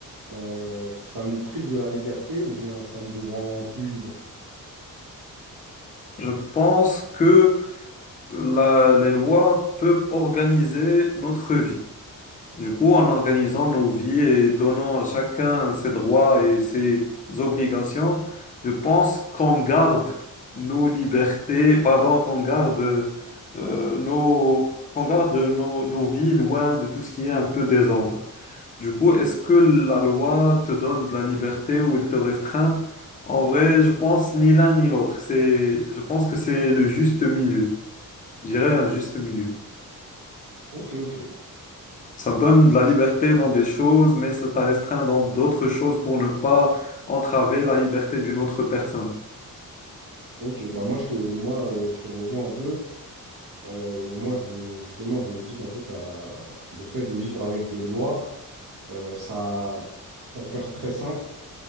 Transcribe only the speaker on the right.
euh, ça nous prive de la liberté ou bien ça nous rend plus libre?
Ok, ok.
Ok, bah moi je te, moi, euh, je te rejoins un peu. Euh, moi, je, me- justement, je me dis qu'en fait, la, le fait de vivre avec des lois, euh, ça, pour faire très simple,